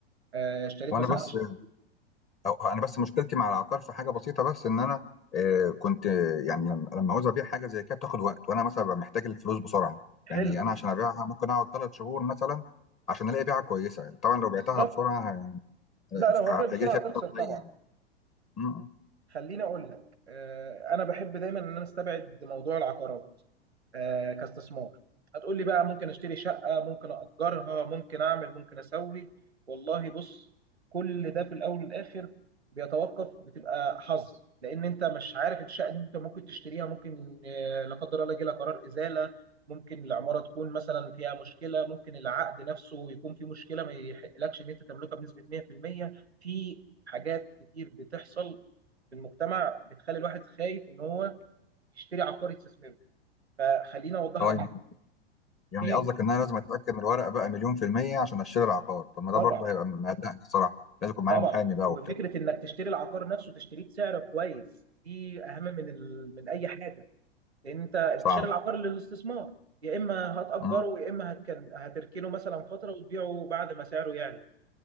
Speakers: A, on the right; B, on the left.
A: آه، اشتريت
B: وانا
A: مثلا
B: بس
A: عشان-
B: أو انا بس مشكلتي مع العقار في حاجه بسيطه بس ان انا آه، كنت آه، يعني لما لما عاوز ابيع حاجه زي كده بتاخد وقت وانا مثلا ببقى محتاج الفلوس بسرعه يعني
A: حلو
B: انا عشان ابيعها ممكن اقعد ثلاث شهور مثلا عشان الاقي بيعه كويسه يعني طبعا لو بعتها
A: بالظبط
B: بسرعه ه-
A: لا لو
B: ه-
A: هتبيع بسرعه
B: هيجي لي فيها
A: هتخسر
B: فلوس
A: طبعا
B: قليل م-
A: خليني اقول لك آه، انا بحب دايما ان انا استبعد موضوع العقارات آه، كاستثمار هتقول لي بقى ممكن اشتري شقه ممكن اجرها ممكن اعمل ممكن اسوي والله بص كل ده في الاول والاخر بيتوقف بتبقى حظ لان انت مش عارف الشقه اللي انت ممكن تشتريها ممكن آه، لا قدر الله يجي لها قرار ازاله ممكن العماره تكون مثلا فيها مشكله ممكن العقد نفسه يكون فيه مشكله ما يحقلكش ان انت تملكها بنسبه 100% في المية. في حاجات كتير بتحصل في المجتمع بتخلي الواحد خايف ان هو يشتري عقار يستثمره فخليني اوضح
B: اه
A: لك
B: يعني يعني
A: في
B: قصدك ان انا لازم اتاكد من الورقه بقى مليون في الميه عشان اشتري العقار طب ما ده
A: طبعا
B: برضه هيبقى مقلقني الصراحه لازم يكون معايا
A: طبعا
B: محامي بقى
A: وفكره
B: وبتاع
A: انك تشتري العقار نفسه تشتريه بسعر كويس دي اهم من ال... من اي حاجه لان انت انت
B: صعب
A: شاري العقار للاستثمار يا اما هتاجره
B: م-
A: يا اما هتكن... هتركنه مثلا فتره وتبيعه بعد ما سعره يعلى